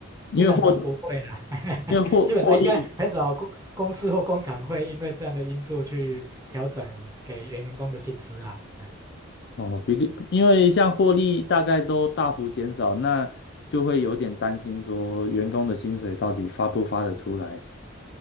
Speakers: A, on the left (about 55°); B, on the right (about 15°).
A: 因为获
B: 基本上不会啦，<laughs>
A: 因为获获利？
B: 基本上应该很少公公司或工厂会因为这样的因素去调整给员工的薪资啊。嗯，
A: 哦，比因为像获利大概都大幅减少，那就会有点担心说员工的薪水到底发不发得出来。